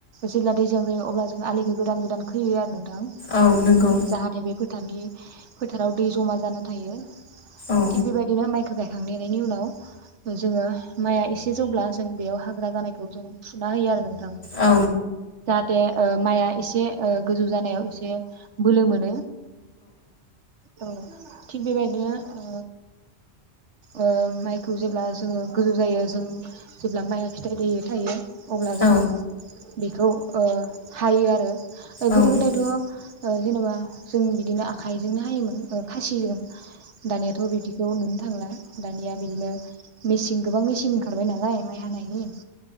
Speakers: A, on the right; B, on the left.
A: जेब्ला दैजां जायो अब्ला जों आलिखौ गोदान गोदान खोयो आरो। नोंथां
B: औ नंगौ औ नंगौ
A: जाहाथेे बे फो थारनि फोथाराव दै जमा जाना थायो।
B: औ
A: थिग बेबायदिनो माइखो गाय खांनायनि उनाव जोङो माइआ एसे जौब्ला जों बेयाव हाग्रा जानाय खौ जों फुना होयो आरो नों थां
B: औ
A: जाहाथे ओ माइआ एस ओे गोजौ जानायाव एसे बोलो मोनो औ थिग बेबायदिनो ओ ओ माइखौ जेब्ला जोङो गोजौ जायो जों जेब्ला माइआ फिथाइ थायो थायो अब्ला जोङो
B: औ
A: बेखौ ओ हायो आरो। ओ गोदो
B: औ नंगौ
A: गोदायथ' ओ जेनबा जों बिदिनो आखाइजोंनो हायोमोन ओ खासिजों दानियाथ' बिदिखौ नुनो थांला दानिया बिदिनो मेचिन गोबां मेचिन ओंखारबाय नालाय मा माय हानायनि।